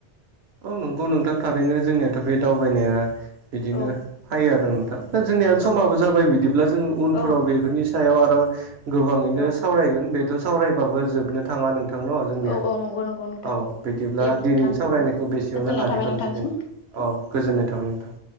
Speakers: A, on the right; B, on the left.
A: औ नंगौ नोंथां थारैनो जोंनियाथ' बे दावबायनाया बिदिनो
B: औ
A: फायो आरो नोंथां दा जोंनिया समाबो
B: औ
A: जाबाय बिदिब्ला जों उनफोराव
B: औ
A: बेफोरनि सायाव आरो गोबाङैनो
B: औ
A: सावरायगोन बेथ' सावरायबाबो जोबनो थाङा नों थांन जोंनिया
B: औ औ नंगौ नंगौ नोंथां
A: औ बिदिब्ला
B: दे
A: दिनैनि
B: नोंथां
A: सावरायनायखौ
B: औ
A: बेसेयावनो
B: गोजोननाय
A: लागिरथ'नोसै
B: थाबाय नोंथांसिम
A: दे औ गोजोननाय थाबाय नोंथां।